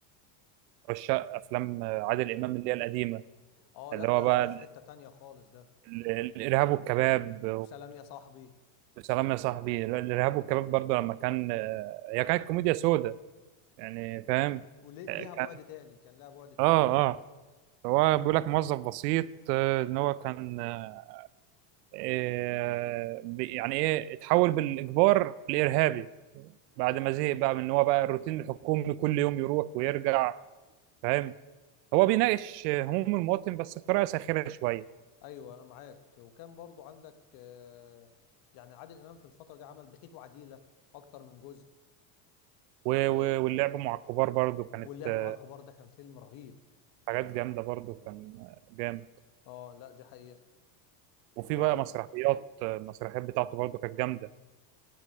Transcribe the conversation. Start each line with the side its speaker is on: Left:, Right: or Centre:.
Right: عشاق افلام عادل امام اللي هي القديمه
Left: اه
Right: اللي
Left: لا
Right: هو
Left: ده
Right: بقى
Left: ده في حتة تانية خالص ده
Right: ال- ال- الارهاب والكباب
Left: وسلام يا صاحبي
Right: وسلام يا صاحبي الارهاب والكباب برضو لما كان آه، هي كانت كوميديا سودا يعني فاهم
Left: وليها
Right: آه، كان
Left: بعد تاني كان لها بعد تاني
Right: اه اه هو
Left: اه
Right: بيقول لك موظف بسيط آه، ان هو كان آه، آه، ب- يعني ايه اتحول بالاجبار لارهابي بعد ما زهق بقى من ان هو بقى الروتين الحكومي كل يوم يروح ويرجع فاهم هو بيناقش آه، هموم المواطن بس بطريقه ساخره شويه
Left: ايوه معاك وكان برضو عندك آه، يعني عادل امام في الفترة دي عمل بخيت وعديلة اكتر من جزء
Right: و-
Left: آه،
Right: و- واللعب مع الكبار برضو كانت
Left: واللعب
Right: آه،
Left: مع الكبار ده كان فيلم رهيب
Right: حاجات جامده برضو كان آه، جامد
Left: اه لا دي حقيقة
Right: وفي
Left: وعن
Right: بقى مسرحيات آه، المسرحيات بتاعته برضو كانت جامده